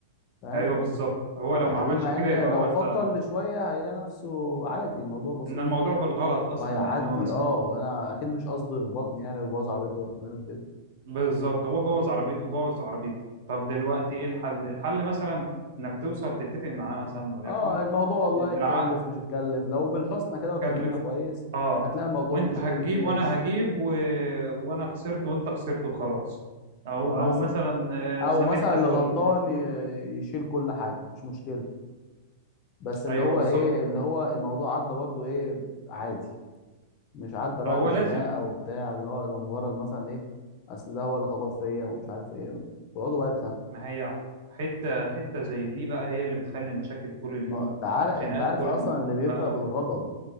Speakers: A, on the left (about 30°); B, on the right (about 60°).
A: فاهم
B: ايوه بالظبط هو لو
A: يا
B: ما
A: حبيبي
B: عملش
A: مع
B: كده
A: ان
B: يبقى
A: لو
B: هو انت
A: فكر لشويه هيلاقي نفسه عادي الموضوع بسيط
B: ان الموضوع بالغلط اصلا
A: وهيعدي
B: يعني هو مثلا
A: اه وانا اكيد مش قصدي يخبطني يعني ويبوظ عربيته هو كمان وكده
B: بالظبط هو بوظ عربيته بوظ عربيته طب دلوقتي ايه الحل الحل مثلا انك توصل تتفق معاه مثلا وليكن
A: اه الموضوع والله
B: آه، بالعقد
A: يتكلف مش يتكلف لو بالحسنى كده واتكلمنا
B: تكلف
A: كويس
B: اه
A: هتلاقي الموضوع
B: وانت
A: مشي
B: هتجيب
A: والدنيا
B: وانا
A: مشي
B: هجيب و... وانا خسرت وانت خسرت وخلاص او
A: مثلا
B: او مثلا
A: او
B: آه، سامحتك
A: مثلا اللي غلطان
B: وال- وخلاص
A: ي- يشيل كل حاجه مش مشكله بس اللي
B: ايوه
A: هو
B: بالظبط
A: ايه اللي هو الموضوع عدى برضو ايه عادي مش عدى بقى
B: هو
A: بخناقه
B: لازم
A: وبتاع اللي هو لمجرد مثلا ايه اصل ده هو اللي خبط فيا ومش عارف ايه ويقعدوا بقى يتخانقوا
B: ما هي حته حته زي دي بقى هي اللي بتخلي مشاكل طول اليوم
A: ما تعال
B: وخناقات
A: انت عارف
B: طول
A: اصلا
B: اليوم
A: اللي بيبدا
B: بقى
A: بالغضب